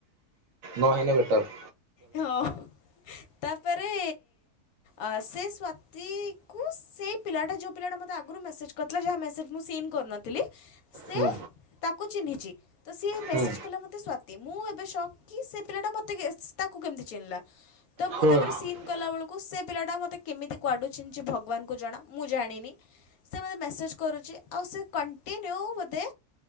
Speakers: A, on the right (about 65°); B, on the left (about 70°).
A: ନ ହେଲେ ବେଟର୍।
B: ହଁ ତାପରେ। ଆ ସେ ସ୍ଵାତି କୁ ସେଇ ପିଲାଟା ଯୋଉ ପିଲା ଟା ମତେ ଆ ଆଗରୁ ମେସେଜ୍ କରିଥିଲା ଯାହା ମେସେଜ୍ ମୁଁ ସିନ କରିନଥିଲି। ସେ
A: ହୁଁ
B: ତାକୁ ଚିହ୍ନିଛି ତ ସିଏ ମେସେଜ
A: ହୁଁ
B: କଲା ମତେ ସ୍ଵାତି। ମୁଁ ଏବେ ସକ୍ କି ସେ ପିଲା ଟା ମତେ ତାକୁ କେମିତି ଚିହ୍ନିଲା ତ ମୁଁ
A: ହଁ।
B: ତାପରେ ସିନ୍ କଲା ବେଳକୁ ସେ ପିଲାଟା ମତେ କେମିତି। କୁଆଡୁ ଚିହ୍ନିଚି ଭଗବାନଙ୍କୁ ଜଣା ମୁଁ ଜାଣିନି ସେ ମୋତେ ମେସେଜ୍ କରୁଛି ଆଉ ସେ। କଣ୍ଟିନ୍ୟୁ ବୋଧେ